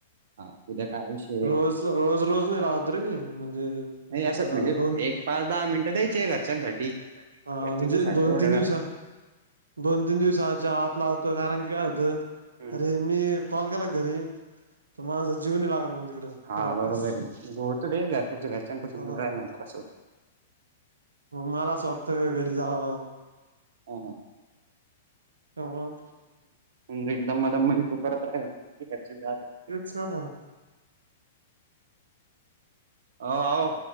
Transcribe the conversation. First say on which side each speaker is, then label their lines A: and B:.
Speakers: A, on the right; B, on the right.
A: हा उद्या काय वियषय
B: रोज रोज नाही राहत रे मी म्हणजे
A: नाही असं म्हणजे
B: दोन
A: एक पाच दहा मिनिटं द्यायचे
B: हा
A: घरच्यांसाठी घरचे
B: म्हणजे
A: तुझ्यासाठी
B: दोन
A: एवढं
B: तीन दिवस दोन तीन दिवसाच्या आत ला
A: करता
B: होतो कारण की काय होतं
A: हा
B: अरे मी कॉल केला घरी तर माझा जीव नाही लागला मग तिकडं
A: हा
B: वापस
A: बरोबर आहे त ते घरपच्या घरच्यापासूनूरहिल्यानंतर
B: हा
A: असं होत
B: मला स्वडत घरी जाव
A: ह ह
B: त्यामुळं
A: म्हजे दम दम तु करत राहि
B: तच
A: हो हो